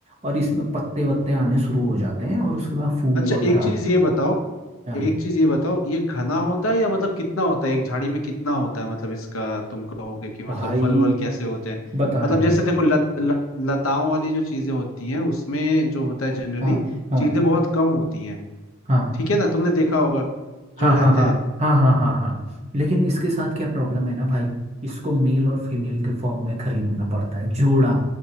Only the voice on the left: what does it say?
अच्छा
एक चीज ये बताओ
एक चीज ये बताओ ये घना होता है या मतलब कितना होता है एक झाड़ी में कितना होता है मतलब इसका तुम कहोगे कि मतलब
फल वल कैसे होते हैं
मतलब
जैसे देखो लत, लत, लताओं वाली जो चीजें होती हैं उसमें जो होता है जनरली
चीजें बहुत कम होती हैं
ठीक है ना तुमने देखा होगा जो
रहते
हैं